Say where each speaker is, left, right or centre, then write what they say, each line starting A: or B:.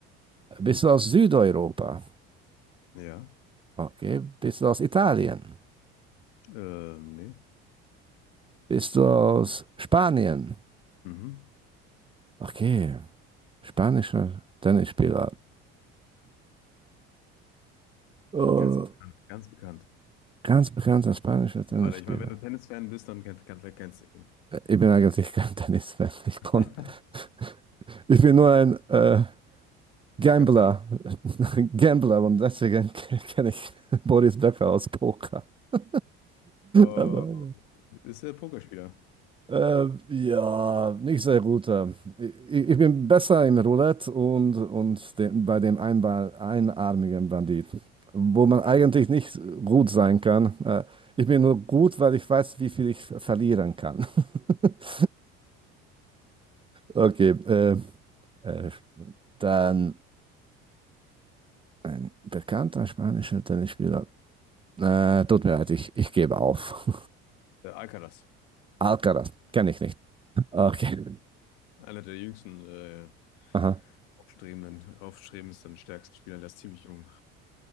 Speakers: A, on the right (about 15°); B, on the left (about 80°).
A: Bist du aus Südeuropa?
B: ja,
A: Okay. Bist du aus Italien?
B: ähm, nee,
A: Bist du aus Spanien?
B: mhm.
A: Okay. Spanischer Tennisspieler. Äh,
B: Ganz bekannt, ganz bekannt.
A: ganz bekannter spanischer Tennisspieler.
B: Ja, Warte, ich meine, wenn du Tennis-Fan bist, dann kennst, kennst, kennst du ihn.
A: Äh, Ich bin eigentlich kein Tennisfan. Ich,
B: <laughs>
A: kon- <laughs> ich bin nur ein äh, Gambler.
B: Becker-Fan.
A: <laughs> Gambler und deswegen k- kenne ich <laughs> Boris Becker aus Poker. <laughs>
B: Oh,
A: Aber,
B: okay. Ist der Pokerspieler.
A: ähm, ja, nicht sehr gut. ähm. Ich, ich bin besser im Roulette und, und dem- bei dem Einball, einarmigen Banditen, wo man eigentlich
B: Hm.
A: nicht gut sein kann. Äh, ich bin nur gut, weil ich weiß, wie viel ich ver- verlieren kann. <laughs> Okay, äh, äh, dann. Ein bekannter spanischer Tennisspieler. Äh, tut mir leid, ich, ich gebe auf.
B: Der Alcaraz.
A: <laughs> Alcaraz, kenne ich nicht. Okay.
B: Einer der jüngsten, äh,
A: Aha.
B: aufstrebenden, aufstrebendsten, stärksten Spieler. Der ist ziemlich jung.